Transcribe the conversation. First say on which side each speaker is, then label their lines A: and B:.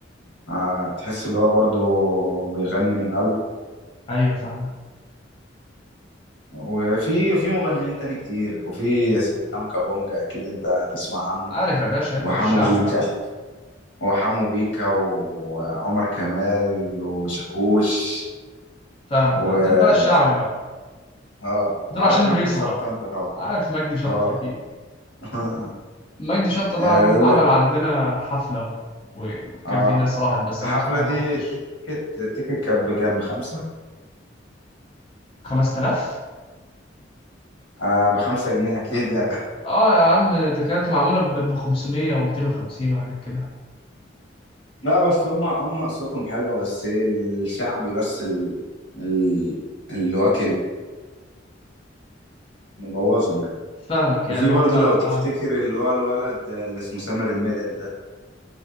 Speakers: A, on the left (about 85°); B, on the left (about 30°).
A: آه، تحس اللي هو برضو بيغني من قلبه
B: ايوه فاهمك
A: وفي في مغنيين تاني كتير وفي اسلام كابونجا اكيد انت تسمع عنه
B: عارف يا باشا ادي
A: وحمو
B: في الشعبي
A: بيكا
B: بقى
A: وحمو بيكا وعمر كمال وشاكوش
B: فاهمك
A: و
B: بقى. دول بقى الشعبي بقى
A: اه
B: دول
A: وعارف
B: عشان الهيصة
A: مجدي شطة
B: بقى
A: انت طبعا
B: عارف مجدي شطة
A: اه
B: أكيد
A: <laughs>
B: مجدي شطة ده
A: يقول
B: عن- عمل
A: لك
B: عندنا حفلة و- وكان
A: اه
B: في ناس راحت بس
A: الحفلة
B: أنا بصراحة
A: دي
B: ما رحتش
A: التيكت التيكت كان بكام بخمسة
B: 5000
A: آه بخمسة جنيه أكيد يعني
B: اه يا عم ده كانت معمولة ب 500 و 250 وحاجات كده
A: لا بس هم هم أصواتهم حلوة بس إيه الشعبي بس ال... ال... اللي واكل مبوظهم يعني
B: فاهمك
A: وفي
B: يعني
A: برضه
B: هما
A: لو تفتكر
B: اه
A: اللي هو الولد اللي اسمه سامر المدني ده